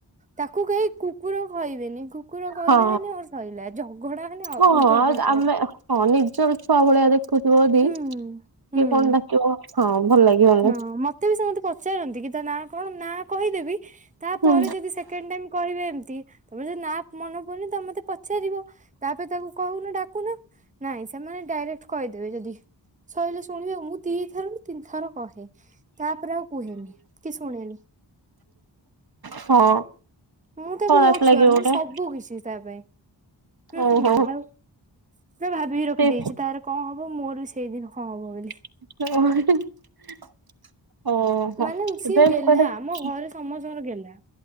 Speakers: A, on the right; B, on the right.
A: ତାକୁ କେହି କୁକୁର ଖାଇବେନି। କୁକୁର କହିଲେ
B: ହଁ
A: ମାନେ ଅର୍ ସଇଲା, ଝଗଡା ମାନେ ଅ ଅଲଗା
B: ହଁ
A: ପ୍ରକାର।
B: ଆମେ ହଁ ନିଜର ଛୁଆ ଭଳିଆ ଦେଖୁ। ଥୁବ ଯଦି,
A: ହୁଁ
B: କିଏ
A: ହୁଁ
B: କଣ ଡାକିବ ହଁ ଭଲ ଲାଗିବନି।
A: ହଁ ମତେ ବି ସମତେ ପଚାରନ୍ତି କି ତା ନା କଣ ନାଁ କହିଦେବି ତାପରେ
B: ହୁଁ
A: ଯଦି ସେକେଣ୍ଡ୍ ଟାଇମ୍ କହିବେ ଏମତି ତାପରେ ଯଦି ନା ମନେ ପଡୁନି ତମେ ମତେ ପଚାରିବ ତାପରେ ତାକୁ କହୁନ ଡାକୁନ। ନାଇଁ ସେମାନେ ଡାଇରେକ୍ଟ କହିଦେବେ ଯଦି, ସଇଲେ ଶୁଣିବ। ମୁଁ ଦିଇଥରରୁ ତିନିଥର କହେ, ତାପରେ ଆଉ କୁହେନି କି ଶୁଣେନି।
B: ହଁ
A: ମୁଁ ତାକୁ
B: ଖରାପ
A: ମୋ
B: ଲାଗିବ
A: ଛୁଆ ମାନେ
B: ଗୋଟେ
A: ସବୁ କିଛି ତା ପାଇଁ। ହୁଁ
B: ଓହୋ
A: ହଉ। ସେ ଭାବିକି ରଖିଦେଇଛି
B: ସେ
A: ତାର କଣ ହବ ମୋର ବି ସେଇଦିନ କଣ ହବ ବୋଲି।
B: <unintelligible> ଓହୋ
A: ମାନେ
B: ସେଥିପାଇଁ
A: ସିଏ ଗେହ୍ଲା
B: କୁଆଡ଼େ
A: ଆମ ଘରେ ସମସ୍ତଙ୍କର ଗେହ୍ଲା